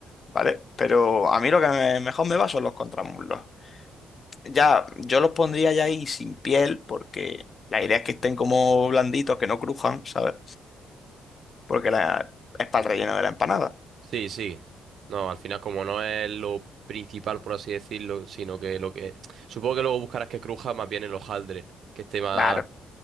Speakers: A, on the left; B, on the right.
A: ¿vale? Pero a mí lo que me- mejor me va son los contramuslos. Ya, yo los pondría ya ahí sin piel, porque la idea es que estén como blanditos, que no crujan, ¿sabes? Porque la, es para el relleno de la empanada.
B: sí, sí. No, al final como no es lo principal, por así decirlo, sino que lo que... <tsk> Supongo que luego buscarás que cruja más bien el hojaldre, que esté más...
A: Claro. O